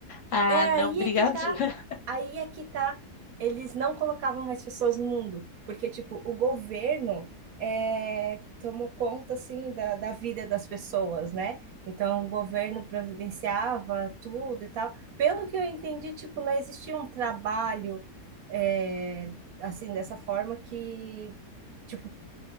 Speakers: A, on the left; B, on the right.
A: Ah,
B: É aí
A: não, obrigado.
B: é que tá,
A: <laughs>
B: aí é que tá. Eles não colocavam mais pessoas no mundo, porque, tipo, o governo é, tomou conta, assim, da, da vida das pessoas, né? Então, o governo providenciava tudo e tal. Pelo que eu entendi, tipo, não existia um trabalho, é, assim, dessa forma que, tipo,